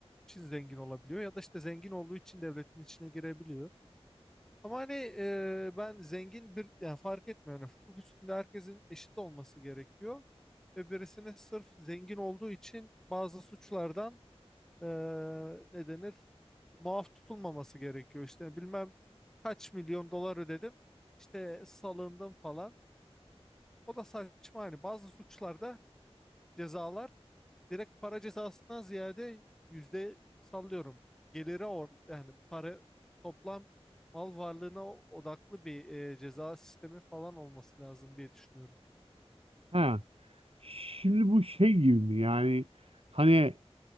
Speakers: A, in the centre; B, on the right.
A: için zengin olabiliyor ya da işte zengin olduğu için devletin içine girebiliyor. Ama hani e, ben zengin bir yani fark etmiyor. Yani hukuk üstünde herkesin eşit olması gerekiyor. Ve birisini sırf zengin olduğu için bazı suçlardan e, ne denir muaf tutulmaması gerekiyor. İşte bilmem kaç milyon dolar ödedim işte salındım falan. O da saçma hani bazı suçlarda cezalar direkt para cezasından ziyade yüzde sallıyorum. Geliri or yani para toplam mal varlığına o- odaklı bir e, ceza sistemi falan olması lazım diye düşünüyorum.
B: Ha. Şimdi bu şey gibi mi? Yani hani